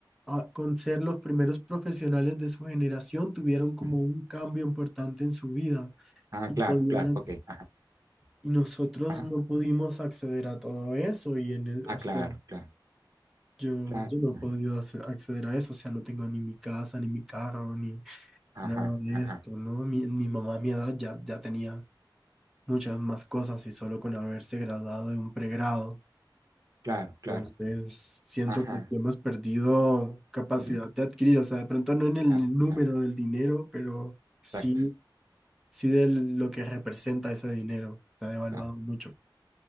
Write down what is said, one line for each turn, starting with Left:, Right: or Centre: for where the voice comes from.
Centre: ah, con ser los primeros profesionales de su generación, tuvieron como
Right: ujú.
Centre: un cambio importante en su vida
Right: Ah,
Centre: y
Right: claro,
Centre: podían,
Right: claro, ok.
Centre: ac-
Right: Ajá,
Centre: y nosotros
Right: ajá.
Centre: no pudimos acceder a todo eso y en el,
Right: Ah,
Centre: o
Right: claro,
Centre: sea,
Right: claro,
Centre: yo,
Right: claro.
Centre: yo no he
Right: ujú.
Centre: podido ace- acceder a eso, o sea, no tengo ni mi casa, ni mi carro, ni
Right: Ajá,
Centre: nada de
Right: ajá.
Centre: esto, ¿no? Mi, mi mamá a mi edad ya, ya tenía muchas más cosas y solo con haberse graduado de un pregrado.
Right: Claro, claro.
Centre: Entonces, siento
Right: Ajá.
Centre: que sí hemos perdido capacidad
Right: ujú.
Centre: de adquirir, o sea, de pronto no en el
Right: Claro,
Centre: número
Right: claro.
Centre: del dinero, pero sí,
Right: Exacto.
Centre: sí de lo que representa ese dinero. Se ha devaluado
Right: Claro,
Centre: mucho.